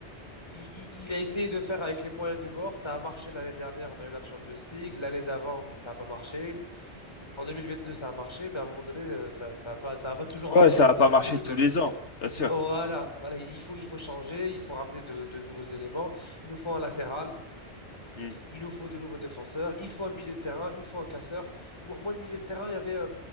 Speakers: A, on the left; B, on the left.
A: il, il- il a essayé de faire avec les moyens du bord. Ça a marché l'année dernière, on a eu la Champions League. L'année d'avant, ça n'a pas marché. En 2022, ça a marché, mais à un moment donné, euh, ça, ça a pas, ça a pas toujours
B: Ouais,
A: marché,
B: ça va
A: si
B: pas
A: tu vois
B: marcher
A: ce que je veux dire.
B: tous les ans, bien sûr.
A: Voilà, voilà, il faut, il faut changer, il faut ramener de, de nouveaux éléments. Il nous faut un latéral,
B: Mm.
A: il nous faut de nouveaux défenseurs, il faut un milieu de terrain, il faut un casseur. Moi, moi, le milieu de terrain, il y avait, euh,